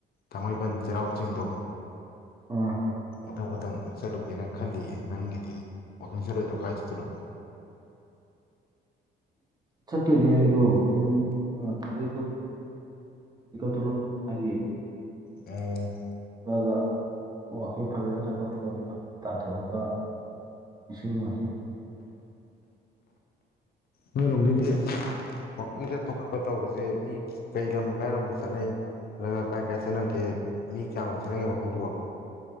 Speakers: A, on the left; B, on the right.
A: ꯊꯥꯡꯃꯩꯕꯟ ꯆꯩꯔꯥꯎ ꯆꯤꯡꯗꯣ
B: ꯑꯥ
A: ꯑꯊꯪꯧꯕꯇꯪ ꯆꯠꯂꯨꯒꯦꯅ ꯈꯜꯂꯤꯌꯦ ꯅꯪꯒꯤꯗꯤ ꯋꯥꯀꯤꯡ ꯆꯠꯂꯣꯏꯗ꯭ꯔꯣ ꯀꯥꯏꯁꯤꯗꯅꯣ
B: ꯆꯠꯇꯣꯏꯅꯦ ꯑꯩꯗꯣ ꯑꯗꯨꯝ ꯊꯥꯗꯩꯀꯞ ꯊꯣꯛꯂꯛꯄ ꯑꯔꯤꯌꯦ
A: ꯑ
B: ꯆꯠꯂꯒ ꯋꯥꯀꯤꯡ ꯐꯖꯅ ꯆꯠꯊꯣꯛꯀꯗꯧꯅꯤ ꯇꯥꯊꯣꯛꯑꯒ ꯏꯁꯤꯡ ꯃꯥꯏꯁꯤꯡ
A: ꯅꯣꯏꯔꯣꯝꯒꯤꯗꯤ ꯋꯥꯀꯤꯡ ꯁꯠꯄ ꯈꯣꯠꯄ ꯇꯧꯕꯖꯦ ꯃꯤ ꯀꯩꯂꯝ ꯀꯥꯏꯔꯣꯝꯗ ꯆꯠꯅꯩ ꯅ ꯀꯥꯏ ꯀꯥꯏ ꯆꯠꯅꯒꯦ ꯃꯤ ꯀꯌꯥꯝꯃꯨꯛ ꯆꯠꯅꯒꯦ ꯋꯥꯀꯤꯡꯗꯨꯕꯣ